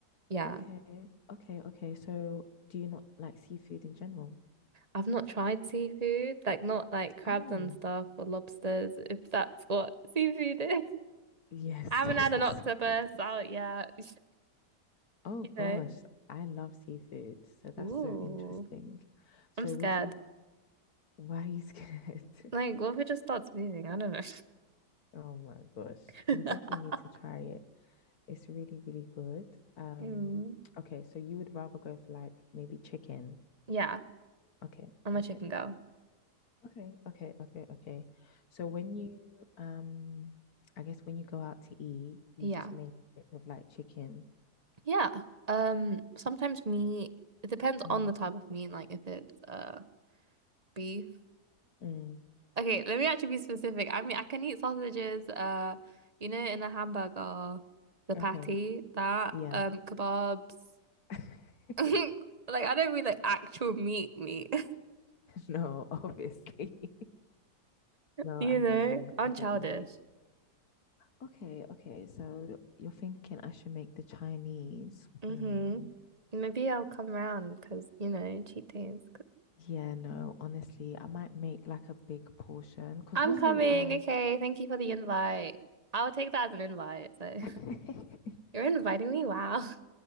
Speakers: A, on the right (about 25°); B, on the left (about 65°).
A: Yeah.
B: okay, okay, okay. So do you not like seafood in general?
A: I've not tried seafood, like not like crabs
B: Oh,
A: and stuff or lobsters, if that's what seafood is.
B: yes,
A: I haven't
B: <laughs> that's
A: had an
B: what
A: octopus
B: seafood is.
A: out yet. <laughs>
B: Oh
A: You
B: gosh,
A: know.
B: I love seafood. So that's
A: Ooh,
B: so interesting. So
A: I'm scared.
B: would you, why are you scared?
A: Like,
B: <laughs>
A: what if it just starts moving? I don't know.
B: Oh my gosh,
A: <laughs>
B: you definitely need to try it. It's really, really good. Um,
A: Mm.
B: okay, so you would rather go for like maybe chicken.
A: Yeah,
B: Okay,
A: I'm a
B: okay,
A: chicken
B: okay,
A: girl.
B: okay, okay, okay, okay. So when you, um, I guess when you go out to eat,
A: <laughs>
B: you
A: Yeah.
B: just mainly think of like chicken.
A: Yeah. Um, sometimes meat, it depends
B: Mm,
A: on the type of meat, like if it's uh beef.
B: mm,
A: Okay, let me actually be specific. I mean, I can eat sausages, uh, you know, in a hamburger, the
B: okay,
A: patty, that,
B: yeah.
A: um, kebabs.
B: <laughs>
A: <laughs> Like I don't mean like actual meat meat.
B: No, obviously. <laughs> No,
A: You
B: I
A: know,
B: get you.
A: I'm
B: I get
A: childish.
B: you. Okay, okay. So you're thinking I should make the Chinese.
A: Mm-hmm.
B: Hmm.
A: Maybe I'll come round because, you know, cheat days.
B: Yeah, no, honestly, I might make like a big portion because
A: i I'm
B: normally
A: coming.
B: I
A: Okay. Thank you for the invite. I'll take that as an invite. So
B: <laughs>
A: <laughs> you're inviting me? Wow.